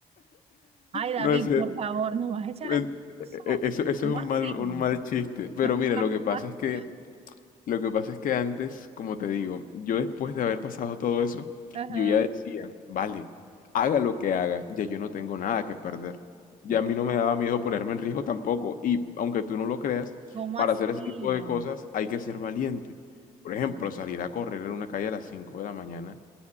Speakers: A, on the right; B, on the left.
A: ay, David,
B: No sé,
A: por favor, nos vas a echar
B: en-
A: la culpa a nosotros.
B: e- e- eso, eso
A: ¿Cómo
B: es un
A: así?
B: mal, un mal chiste. Pero
A: <laughs>
B: mira, lo que pasa es que Lo que pasa es que antes, como te digo, yo después de haber pasado todo eso,
A: Ajá,
B: yo ya decía, vale, haga lo que haga, ya yo no tengo nada que perder. Ya
A: ok.
B: a mí no me daba miedo ponerme en riesgo tampoco. Y aunque tú no lo creas,
A: ¿Cómo
B: para
A: así,
B: hacer ese tipo de
A: hombre?
B: cosas hay que ser valiente. Por
A: Sí,
B: ejemplo, salir a correr en una calle a las 5 de la mañana,